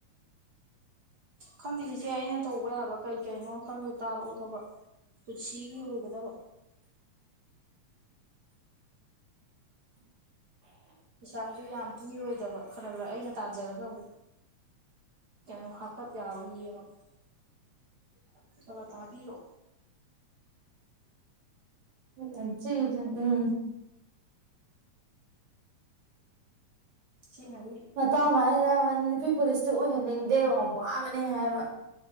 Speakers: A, on the right (about 45°); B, on the right (about 80°).
A: ꯈꯪꯗꯦ ꯆꯤꯆꯦ ꯑꯩꯅ ꯇꯧꯕ ꯌꯥꯕ ꯀꯩ ꯀꯩꯅꯣ ꯈꯪꯗꯦ ꯇꯥꯔꯛꯑꯣ ꯊꯕꯛ ꯄꯨꯟꯁꯤꯒꯤ ꯑꯣꯏꯒꯗꯕ ꯄꯩꯁꯥꯁꯨ ꯌꯥꯝ ꯄꯤꯔꯣꯏꯗꯕ ꯈꯔ ꯈꯔ ꯑꯩꯅ ꯇꯥꯖꯔꯒꯕ ꯑꯃꯨꯛ ꯀꯩꯅꯣ ꯍꯥꯞꯀꯠ ꯌꯥꯕ꯭ꯔꯥ ꯌꯦꯡꯉꯒꯦ ꯈꯥꯒꯠ ꯊꯥꯕꯤꯔꯛꯑꯣ
B: ꯎꯝ ꯌꯥꯝ ꯆꯤꯛꯏꯗ ꯎꯝ
A: ꯁꯤꯉꯗꯤ
B: ꯃꯇꯥꯡ ꯍꯥꯏꯅ ꯅꯨꯄꯤ ꯄꯨꯂꯤꯁꯇꯤ ꯑꯣꯏꯍꯟꯅꯤꯡꯗꯦ ꯌꯥꯝ ꯋꯥꯕꯅꯦ ꯍꯥꯏꯕ